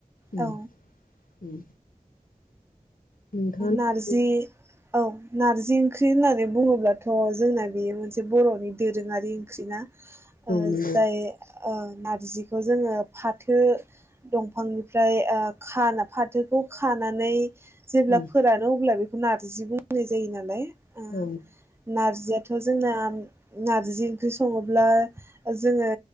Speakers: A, on the left (about 85°); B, on the right (about 15°).
A: उम
B: औ।
A: उम। नोंथाङा
B: नारजि
A: औ
B: औ नारजि। ओंख्रि होननानै बुङोब्लाथ' जोंना बे मोनसे बर'नि दोरोङारि ओंख्रि ना? ओयो
A: नंगौ
B: जायो। ओयो नारजिखौ जोङो फाथो दंफांनिफ्राय ओयो खान फाथोखौ खानानै जेब्ला
A: उम
B: फोरानो अब्ला बिफ नारजि बुंनाय जायो नालाय। ओम
A: औ उम
B: नारजिया थ जोंना नारजि ओंख्रि सङोब्ला जोङो